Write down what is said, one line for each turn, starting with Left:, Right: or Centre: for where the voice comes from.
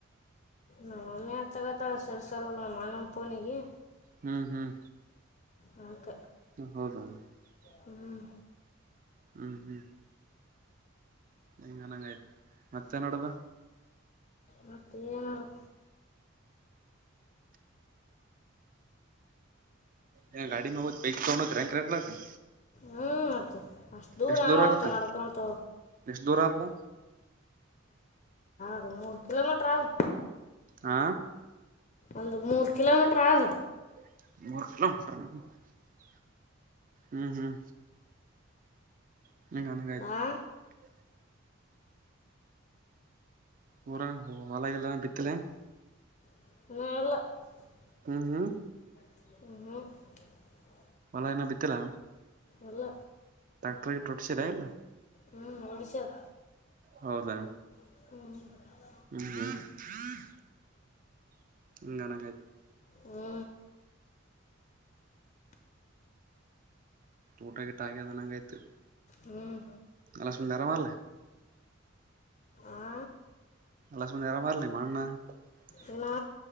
Left: ನಮ್ಮ ಮಮ್ಮಿ ಹತ್ರ ಕಥ <unintelligible> ಸರ್ ಸಲ್ <unintelligible> ನಮ್ ಅಣ್ಣನ್ ಫೋನಿಗೆ.
Right: ಹ್ಮ್ ಹ್ಮ್.
Left: ಹಾಕ
Right: ಹ್ಮ್ ಹೌದಾ <unintelligible>
Left: ಹ್ಮ್.
Right: ಹ್ಮ್ ಹ್ಮ್. ಹಿಂಗನ್ನಂಗಾಯ್ತು, ಮತ್ತೇನ್ ನಡ್ದ?
Left: ಮತ್ತ್ ಏನ <unintelligible>
Right: ಏನ ಗಾಡಿ ಹೋವತ್ ಬೈಕ್ <unintelligible>
Left: ಹ್ಮ್ ಆತ್ ಅಷ್ಟ್ ದೂರ
Right: ಎಷ್ಟ್
Left: ಯಾವ ಹೋತಾನ್
Right: ಆಗುತ್ತೆ
Left: ನಡ್ಕೊಂತ, ಹ್ಮ.
Right: ಎಷ್ಟ್ ದೂರ ಆದ
Left: <unintelligible> ಕಿಲೋಮೀಟ್ರ್ ಆಗ್
Right: ಹಾ
Left: ಒಂದು ಮೂರ್ ಕಿಲೋಮೀಟರ್ ಆದ.
Right: <unintelligible> ಹ್ಮ್ ಹ್ಮ್. <unintelligible>
Left: ಆ
Right: ಆಯ್ತ ಊರಾಗ್ ಹೊ ಹೊಲಗಿಲ ಬಿತ್ತಲ್ಲೇನು?
Left: <unintelligible>
Right: ಹ್ಮ್ ಹ್ಮ್.
Left: <inaudible>
Right: ಹೊಲ ಇನ್ನ ಬಿತ್ತಿಲ್ಲ
Left: ಅಲ್ಲ
Right: ಟ್ರಾಕ್ಕ್ಟರ್ ಇಟ್ ಹೊಡ್ಸಿಲ್ಲ ಏನು?
Left: ಹಾಂ ಹೊಡ್ಸ್ಯಾರ
Right: ಹೌದಾ?
Left: <inaudible>
Right: ಹ್ಮ್ ಹ್ಮ್ <unintelligible>
Left: ಹ್ಞೂ
Right: ಊಟ ಗೀಟ ಆಗ್ಯದೆ ಅನ್ನಂಗಾಯ್ತು
Left: ಹ್ಮ್.
Right: ಹಸುಯಿಂದ ಆರಾಮಲ್ಲ?
Left: ಆ
Right: <unintelligible>
Left: ಇನ್ನು